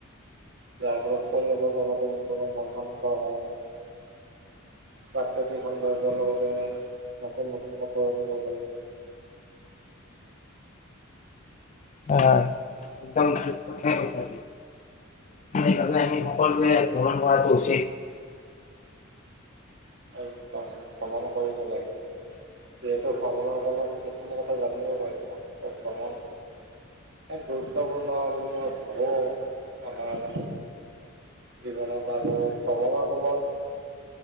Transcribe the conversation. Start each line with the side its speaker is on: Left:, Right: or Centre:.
Right: যাৰ ফলত পৰিয়ালৰ লগতে নিজৰ মান কান হয়। প্ৰাকৃতিক সৌন্দৰ্যৰ লগতে নতুন নতুন কথা পাতিব লাগ।
Left: অঁ একদম পঠেই পইচাে সেইবাবে আমি সকলোোৱে ভ্ৰমণ কৰাটো উচিত উ
Right: একদম ভ্ৰমণ কৰিব লাগে যিহেতু ভ্ৰমণৰ ফলত নতুন কথা জানিব পাৰি ম ভ্ৰমণ এক গুৰুত্বপূৰ্ণ বুলি মই ভাবোঁ আমাৰ জীৱনত আৰু ভ্ৰমণৰ ফলত